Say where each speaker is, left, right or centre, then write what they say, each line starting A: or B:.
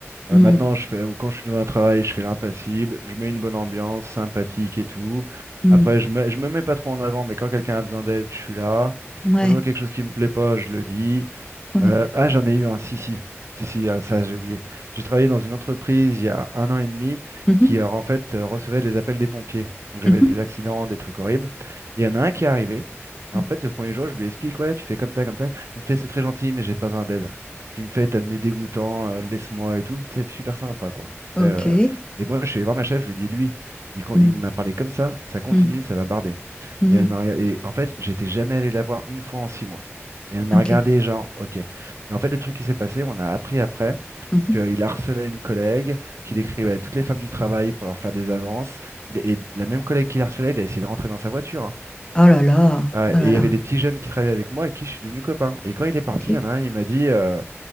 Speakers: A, on the right (about 70°); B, on the left (about 20°).
A: Heu,
B: Mm,
A: maintenant, je fais quand je suis dans un travail, je fais l'impassible, je mets une bonne ambiance, sympathique et tout.
B: mm.
A: Après, je me je me mets pas trop en avant, mais quand quelqu'un a besoin d'aide, je suis là.
B: Ouais,
A: Quand je vois quelque chose qui me plaît pas, je le dis.
B: ouais.
A: Euh, ah, j'en ai eu un, si, si. Si, si, ah, ça, j'ai oublié. J'ai travaillé dans une entreprise il y a un an et demi
B: Mhm,
A: qui, euh, en fait, euh, recevait les appels des pompiers. Donc, j'avais
B: mhm.
A: des accidents, des trucs horribles. Et il y en a
B: D'accord.
A: un qui est arrivé. Et en
B: Ouais.
A: fait, le premier jour, je lui explique, ouais, tu fais comme ça, comme ça. Il me fait, c'est très gentil, mais j'ai pas 20 d'aide. Puis il me fait, t'as le nez dégoûtant, euh, laisse-moi et tout. C'est super sympa, quoi.
B: Ok.
A: Euh, et moi, je suis allé voir ma chef, je lui dis, lui, il, con-
B: Mm,
A: il m'a parlé comme ça, ça continue,
B: mm,
A: ça va barder.
B: mhm.
A: Et elle m'a regardé. Et en fait, j'étais jamais allé la voir une fois en six mois. Et elle m'a
B: Ok.
A: regardé, genre, ok. Et en fait, le truc qui s'est passé, on a appris après
B: Mhm.
A: qu'il harcelait une collègue, qu'il écrivait à toutes les femmes du travail pour leur faire des avances. Il- Et la même collègue qui harcelait, il a essayé de rentrer dans sa voiture. hein.
B: Oh là là,
A: Ah,
B: oh là
A: et il
B: là,
A: y avait des petits jeunes qui travaillaient avec moi et qui je suis devenu copain. Et quand il est parti,
B: ok.
A: il y en a un, il m'a dit. euh,